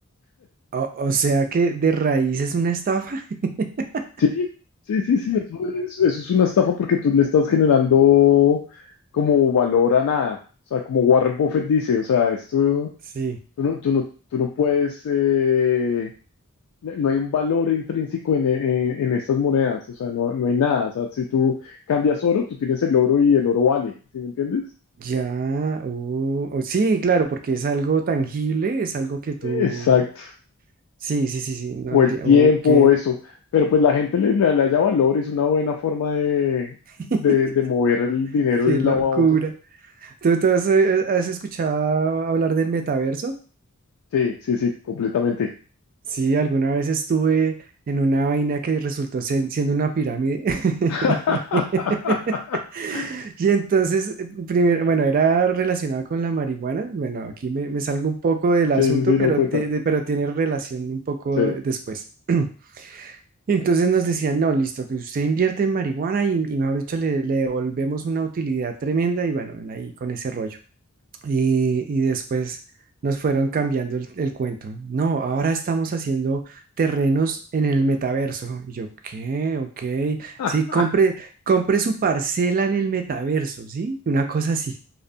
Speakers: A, on the right; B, on the left.
A: o, o sea que de raíz es una estafa. <laughs>
B: Sí, sí, sí, sí, eso es, eso es una estafa porque tú le estás generando como valor a nada. O sea, como Warren Buffett dice, o sea, esto,
A: sí,
B: tú no, tú no, tú no puedes, eh, no no hay un valor intrínseco en, en- en estas monedas, o sea, no, no hay nada. O sea, si tú cambias oro, tú tienes el oro y el oro vale, ¿sí me entiendes?
A: Ya, oh, oh, sí, claro, porque es algo tangible, es algo que tú,
B: Exacto.
A: sí, sí, sí, sí, no
B: O
A: entiendo,
B: el tiempo,
A: ok.
B: o eso. Pero pues la gente le, le, le haya valor, es una buena forma de,
A: <laughs>
B: de, de mover el dinero
A: Qué
B: de un
A: locura.
B: lado a otro.
A: ¿Tú, tú has, eh, has escuchado hablar del metaverso?
B: Sí, sí, sí, completamente.
A: Sí, alguna vez estuve en una vaina que resultó ser- siendo una pirámide. <laughs>
B: <laughs>
A: Y entonces, eh, primero, bueno, era relacionado con la marihuana. Bueno, aquí me, me salgo un poco del asunto,
B: Sí, sí, sí,
A: pero,
B: no cuenta.
A: ti- de- pero tiene relación un poco
B: Sí.
A: después. <clears throat> Entonces nos decían, no, listo, que usted invierte en marihuana y, y mejor dicho, le, le devolvemos una utilidad tremenda y bueno, en ahí con ese rollo. y, y después nos fueron cambiando el, el cuento. No, ahora estamos haciendo terrenos en el metaverso. Y yo, ¿qué? Ok.
B: <laughs>
A: Sí, compre, compre su parcela en el metaverso, ¿sí? Una cosa así.